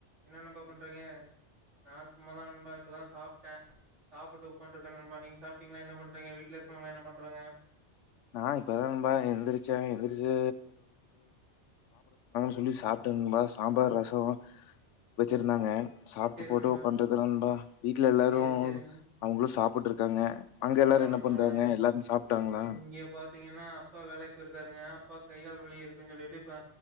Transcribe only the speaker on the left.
நா இப்பதா நண்பா எந்திரிச்சே எந்திரிச்சு <unintelligible> சாப்பட்டண்பா சாம்பார் ரசம் வச்சிருந்தாங்க சாப்ட்டு
போட்டோ
பண்றதுநண்பா வீட்ல எல்லாரு
அவங்களு சாப் போட்ருக்காங்க அங்க எல்லாரு
என்ன
பண்றாங்க எல்லாரு சாப்ட்டாங்களா